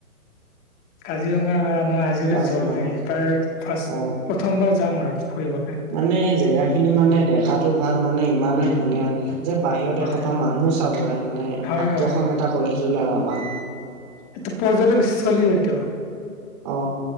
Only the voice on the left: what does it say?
কাজিৰঙা মই আজিলৈ
যোৱা নাই এইবাৰ ফাৰ্ষ
প্ৰথমবাৰ যাম আৰু ফুৰিবলৈ।
হয়
হয়
হয়
এইটো পৰ্যটক চলি হয় এইটো